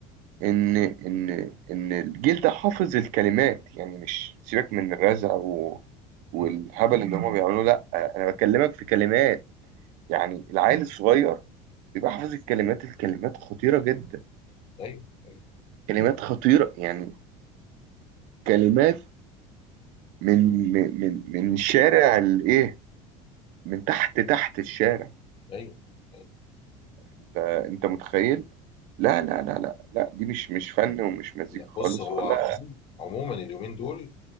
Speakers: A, on the right (about 65°); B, on the left (about 35°).
A: ان ان ان الجيل ده حافظ الكلمات يعني مش سيبك من الرزع و... والهبل
B: مم.
A: اللي هما بيعملوه لا انا بكلمك في كلمات يعني العيل الصغير بيبقى حافظ الكلمات الكلمات خطيرة جدا
B: ايوه ايوه
A: كلمات خطيرة يعني كلمات من من من من شارع الايه من تحت تحت الشارع
B: ايوه أيوة.
A: انت انت متخيل لا لا لا لا لا دي مش مش فن ومش مزيكا
B: لا
A: خالص
B: بص هو
A: ولا
B: عموما عموماً اليومين دول